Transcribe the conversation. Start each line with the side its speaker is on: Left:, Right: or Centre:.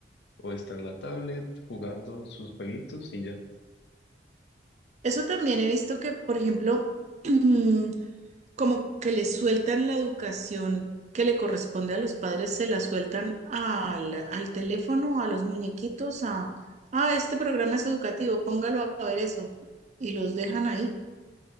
Left: o está en la tablet jugando sus jueguitos y ya.
Right: eso también he visto que, por ejemplo, <clears throat> como que le sueltan la educación que le corresponde a los padres, se la sueltan al, al teléfono, a los muñequitos, a, ah, este programa es educativo, póngalo a ver eso, y los dejan ahí,